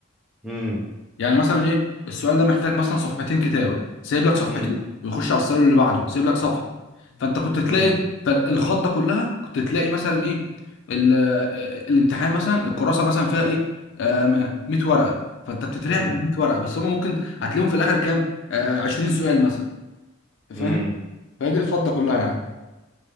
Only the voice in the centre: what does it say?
امم
امم
امم
امم
امم